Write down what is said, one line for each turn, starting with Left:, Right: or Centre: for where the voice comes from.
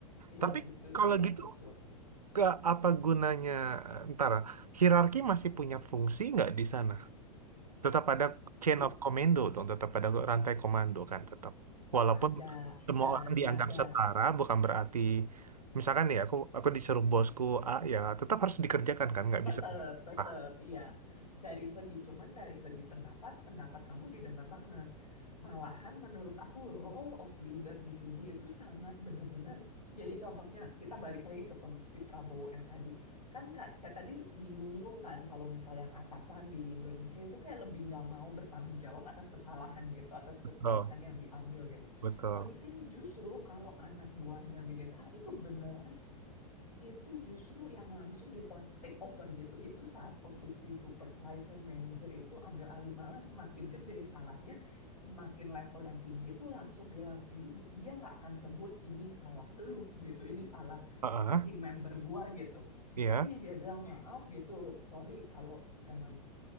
Left: iya
Right: Tapi
Left: itu
Right: kalau
Left: sih yang
Right: gitu,
Left: lucu
Right: ke apa gunanya? eh, Ntar, hierarki masih punya fungsi nggak di sana? Tetap ada chain
Left: I-
Right: of commando dong, tetap ada rantai komando kan tetap. Walaupun
Left: ada
Right: semua
Left: dan
Right: orang dianggap
Left: iya ada
Right: setara, bukan berarti misalkan nih aku aku disuruh bosku A ya tetap harus dikerjakan kan nggak
Left: Tetap,
Right: bisa
Left: tetap,
Right: ah.
Left: iya. Dari segi cuman dari segi pendapat, pendapat kamu didengar banget. Malahan menurut aku role of leader di sini itu sangat benar-benar. Jadi contohnya kita balik lagi ke pem- si Prabowo yang tadi. Kan kayak, kayak tadi nyinggung-nyinggung kan kalau misalnya yang atasan di Indonesia itu kayak lebih nggak mau bertanggung jawab atas kesalahan gitu, atas kesalahan
Right: Oh,
Left: yang diambil gitu.
Right: betul.
Left: Kok di sini justru kalau anak buahnya bikin salah itu beneran itu justru yang langsung di to- take over gitu. Itu saat posisi supervisor, manager itu ambil alih malah semakin gede salahnya, semakin level yang tinggi itu langsung bilang ini bu- dia nggak akan sebut ini salah lu gitu, ini salah
Right: Heeh,
Left: eh, tim member gua gitu.
Right: iya.
Left: Tapi dia bilang maaf gitu, sorry kalau em,